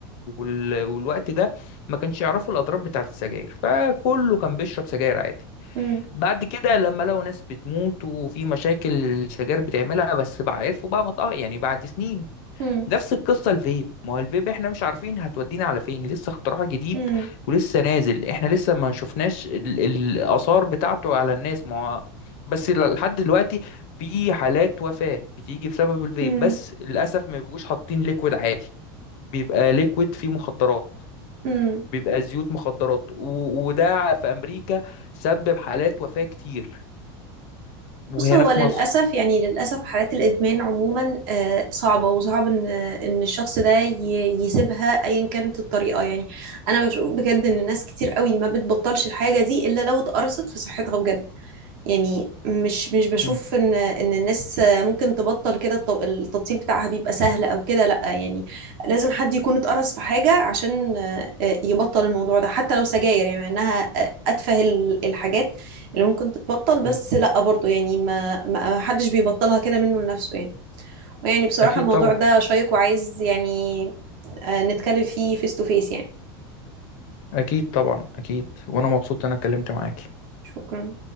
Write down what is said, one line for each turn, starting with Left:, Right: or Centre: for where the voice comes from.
Left: وال... والوقت ده ما كانش يعرفوا الاضرار بتاعه السجاير فكله كان بيشرب سجاير عادي
Right: مم.
Left: بعد كده لما لقوا ناس بتموت وفي مشاكل السجاير بتعملها بس بقى عرفوا بقى مطأ يعني بعد سنين
Right: مم.
Left: نفس القصة الفيب ما هو الفيب احنا مش عارفين هتودينا على فين لسه اختراع جديد
Right: مم.
Left: ولسه نازل احنا لسه ما شفناش ال- الآثار بتاعته على الناس ما هو بس ل- لحد دلوقتي في حالات وفاة بتيجي بسبب الفيب
Right: مم.
Left: بس للأسف ما بيبقوش حاطين ليكويد عادي بيبقى ليكويد فيه مخدرات
Right: مم.
Left: بيبقى زيوت مخدرات و... وده في أمريكا سبب حالات وفاة كتير وهنا
Right: بص هو
Left: في
Right: للأسف
Left: مصر
Right: يعني للأسف حالات الإدمان عموما آه، صعبة وصعب إن إن الشخص ده ي- يسيبها أيا كانت الطريقة يعني أنا بشوف بجد إن ناس كتير قوي ما بتبطلش الحاجة دي إلا لو اتقرصت في صحتها بجد يعني مش مش بشوف
Left: مم.
Right: ان ان الناس ممكن تبطل كده الت- التبطيل بتاعها بيبقى سهل او كده لا يعني لازم حد يكون اتقرص في حاجة عشان آه، آه، يبطل الموضوع ده حتى لو سجاير يعني مع انها آه، اتفه ال- الحاجات اللي ممكن تتبطل
Left: مم.
Right: بس لا برضو يعني ما ما حدش بيبطلها كده منه لنفسه يعني ويعني بصراحة
Left: أكيد
Right: الموضوع
Left: طبعا
Right: ده شيق وعايز يعني آه، نتكلم فيه فيس تو فيس يعني
Left: أكيد طبعا أكيد وأنا مبسوط إن أنا اتكلمت معاك
Right: شكرا